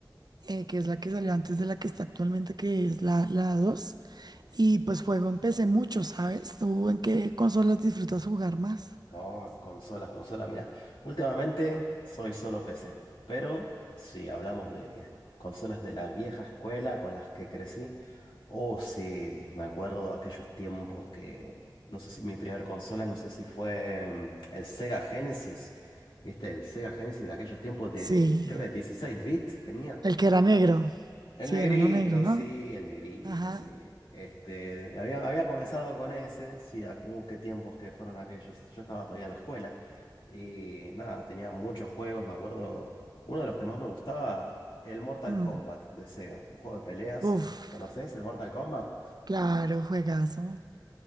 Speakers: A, on the right; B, on the left.
A: eh, que es la que salió antes de la que está actualmente, que es la, la 2. y pues juego en PC mucho, ¿sabes? ¿Tú en qué consolas disfrutas jugar más?
B: Oh, consolas, consolas. Mira, últimamente soy solo PC, pero si hablamos de consolas de la vieja escuela con las que crecí, oh sí, me acuerdo aquellos tiempos que, no sé si mi primer consola, no sé si fue mm, el Sega Genesis, ¿viste? El Sega Genesis de aquellos tiempos de,
A: Sí,
B: creo que 16 bits tenía.
A: el que era negro,
B: El
A: sí,
B: negrito,
A: era uno negro, ¿no?
B: sí, el negrito,
A: Ajá.
B: sí. Este, había, había comenzado con ese, sí, a- uh, qué tiempos que fueron aquellos. Yo estaba todavía en la escuela y nada, tenía muchos juegos, me acuerdo. Uno de los que más me gustaba, el Mortal
A: Mm.
B: Kombat de Sega, un juego de peleas.
A: Uf.
B: ¿Conoces el Mortal Kombat?
A: Claro, juegazo.